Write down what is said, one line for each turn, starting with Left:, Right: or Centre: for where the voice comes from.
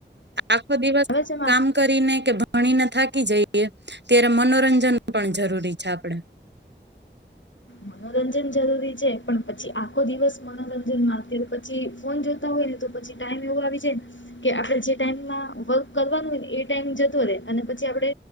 Right: આખો દિવસ
Left: આવે છે
Right: કામ કરીને કે ભણીને થાક કી જઈએ ત્યારે મનોરંજન પણ જરૂરી છે આપડે
Left: મનોરંજન જરૂરી છે પણ પછી આખો દિવસ મનોરંજન માં પછી ફોન જોતા હોય ને તો પછી ટાઈમ એવો આવી જાયને કે આપડે જે ટાઈમ વર્ક કરવાનું હોય ને એ ટાઈમ જતો રહેે અને પછી આપડે